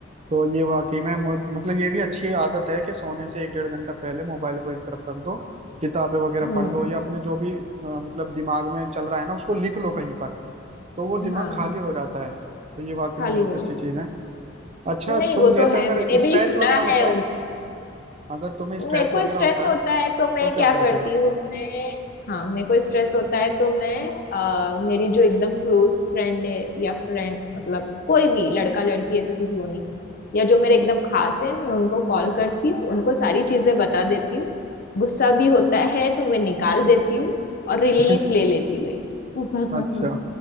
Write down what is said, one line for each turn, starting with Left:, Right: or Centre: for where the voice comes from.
Right: तो ये वाकई में मु- मतलब ये भी अच्छी आदत है कि सोने से एक डेढ़ घंटा पहले मोबाइल को एक तरफ रख दो किताबें वगैरह
Left: हम्म,
Right: पढ़ लो या अपने जो भी अ, मतलब दिमाग में चल रहा है ना उसको लिख लो कहीं पर तो वो दिमाग
Left: हाँ
Right: खाली हो जाता है तो ये वाकई
Left: खाली
Right: में बहुत
Left: हो
Right: अच्छी
Left: जाती
Right: चीज है अच्छा
Left: नहीं
Right: तुम
Left: वो
Right: जैसे
Left: तो है
Right: अगर
Left: मैंने
Right: स्ट्रेस
Left: भी सुना
Right: वगैरह
Left: है
Right: होता
Left: उन
Right: है अगर तुम्हें
Left: मेरे
Right: स्ट्रेस
Left: को
Right: वगैरह
Left: स्ट्रेस
Right: होता
Left: होता
Right: है
Left: है तो मैं
Right: तो
Left: क्या
Right: क्या करते
Left: करती
Right: हो
Left: हूँ मैं हाँ मेरे को स्ट्रेस होता है तो मैं अ, मेरी जो एकदम क्लोज फ्रेंड है या फ्रेंड मतलब कोई भी लड़का लड़की ऐसे कुछ वो नहीं या जो मेरे एकदम खास है मैं उनको कॉल करती हूँ उनको सारी चीजें बता देती हूँ गुस्सा भी होता है तो मैं निकाल देती हूँ और रिलीफ
Right: <laughs>
Left: ले लेती हूँ एक।
Right: अच्छा